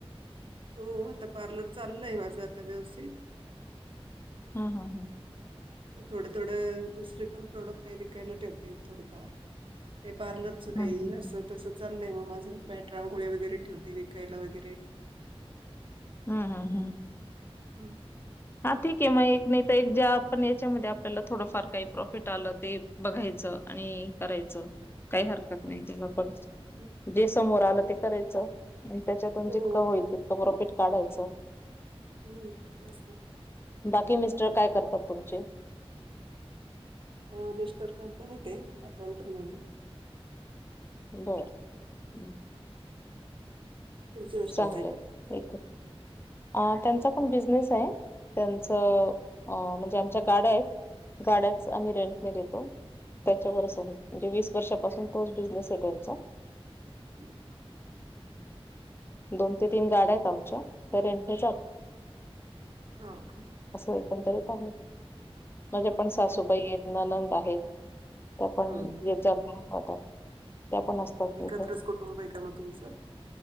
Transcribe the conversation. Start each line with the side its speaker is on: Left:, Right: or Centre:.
Right: हो आता पार्लर चाललय माझं आता व्यवस्थित.
Left: हा हा.
Right: थोडं थोडं दुसरे पण प्रोडक्ट काही विकायला ठेवते थोडेफार. ते पार्लरचं काही
Left: हं हं
Right: असं
Left: हं.
Right: तस चाललंय म माझ मॅट रांगोळी वगैरे ठेवते विकायला वगैरे.
Left: हम्म हम्म.
Right: हो.
Left: हा ठीक आहे मग एक नाही तर एक ज्या आपण याच्यामध्ये आपल्याला थोडंफार काही प्रॉफिट आलं ते बघायचं आणि करायचं काय हरकत नाही त्याला पण.
Right: हम्म
Left: जे समोर आलं ते करायचं च आणि त्याच्यातून
Right: हो
Left: जितकं होईल तितकं प्रॉफिट काढायचं.
Right: हम्म तेच ना.
Left: बाकी मिस्टर काय करतात तुमचे?
Right: अह मिस्टर कंपनीत आहे अकाउंटंट म्हणून.
Left: <unintelligible>
Right: तुमचे मिस्टर
Left: चांगलंय
Right: काय करतात?
Left: ते. अह त्यांचा पण बिझनेस आहे त्यांचं अह म्हणजे आमच्या गाड्या आहेत. गाड्याच आम्ही रेंटने देतो. त्याच्यावर म्हणजे वीस वर्षापासून तोच बिझनेस आहे त्यांचा
Right: हम्म.
Left: दोन ते तीन गाड्या आहेत आमच्या ते रेंटने जात
Right: अच्छा हो का.
Left: असं एकंदरीत आहे. माझ्या
Right: हम्म.
Left: पण सासूबाई आहेत, ननंद आहेत त्या पण
Right: हम्म
Left: येत जात राहतात त्या पण असतात तिथे
Right: एकत्रच कुटुंब आहे का मग तुमचं?